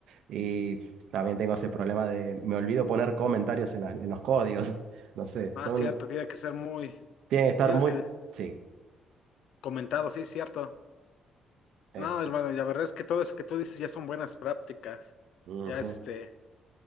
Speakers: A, on the right; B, on the left.
A: y también tengo ese problema de, me olvido poner comentarios en, las- en los códigos. <laughs> No sé,
B: Ah,
A: son,
B: cierto,
A: im-
B: tiene que ser muy,
A: tienen que estar
B: tienes
A: muy...
B: que
A: Sí,
B: comentado, sí, cierto.
A: esto.
B: No, hermano, y la verdad es que todo eso que tú dices ya son buenas prácticas.
A: ujú,
B: Ya es este.